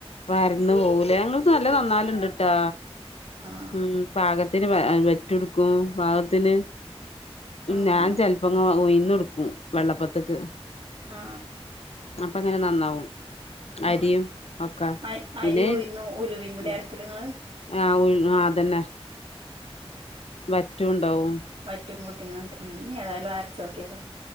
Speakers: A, on the left; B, on the right.
A: പരന്ന് പോകുംല്ലേ ഞങ്ങൾത് നല്ലോം നന്നാവല് ഇണ്ട്ട്ടോ
B: ആഹ്
A: ഉം പാകത്തിന് വറ്റുട്ക്കും പാകത്തിന്
B: ആഹ്
A: ഞാൻ ചെല പ്പൊങ്ങും ഉയുന്ന് ഇട്ക്കും വെള്ളപ്പത്ത്ക്ക്
B: ആഹ്
A: അപ്പ ഇങ്ങനെ നന്നാവും അരിയും
B: ആഹ്
A: ഒക്ക
B: അരി
A: പിന്നെ
B: അരി ഉഴുന്നും ഉലുവയും കൂടി
A: ഉം
B: അരക്കല് ഇങ്ങള്
A: ആ ഉഴു ആഹ് അതന്നെ വറ്റുംണ്ടാവും
B: വറ്റും കൂട്ടിങ്ങാണ്ട് ഉം ഇഞ്ഞി ഏതായാലും അരച്ച് നോക്കിയോക്കണം